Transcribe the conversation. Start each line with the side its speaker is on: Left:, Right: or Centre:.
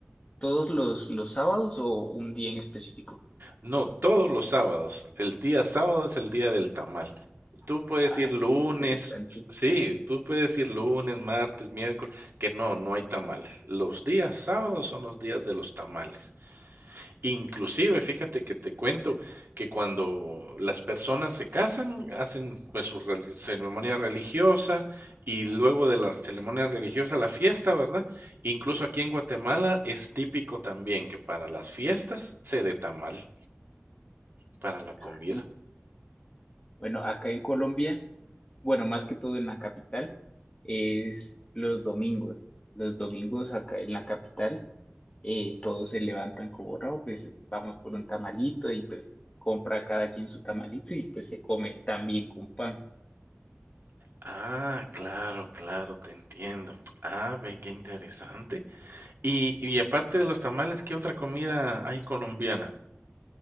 Left: todos los, los sábados o un día en específico.
Right: No, todos los sábados. El día sábado es el día del tamal. Tú puedes
Left: Ay,
Right: ir lunes,
Left: qué interesante.
Right: s- sí, tú puedes ir lunes, martes, miércoles, que no, no hay tamales. Los días sábados son los días de los tamales. Inclusive, fíjate que te cuento que cuando las personas se casan, hacen pues su reli- ceremonia religiosa y luego de la ceremonia religiosa la fiesta, ¿verdad? Incluso aquí en Guatemala es típico también que para las fiestas se dé tamal para la comida.
Left: Ay. Bueno, acá en Colombia, bueno, más que todo en la capital, es los domingos. Los domingos acá en la capital, eh, todos se levantan como, no, pues vamos por un tamalito y pues compra cada quien su tamalito y pues se come también con pan.
Right: Ah, claro, claro, te entiendo. Ah, ve, qué interesante. Y, y aparte de los tamales, ¿qué otra comida hay colombiana?